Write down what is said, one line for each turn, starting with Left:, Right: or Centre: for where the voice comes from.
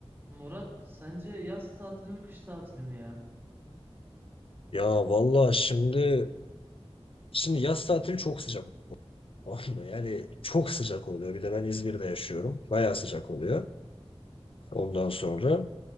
Right: Murat sence yaz tatili mi kış tatili mi ya?
Left: Ya valla şimdi şimdi yaz tatili çok sıcak <laughs> olmuyor. Yani çok sıcak oluyor. Bir de ben İzmir'de yaşıyorum. Bayağı sıcak oluyor ondan sonra.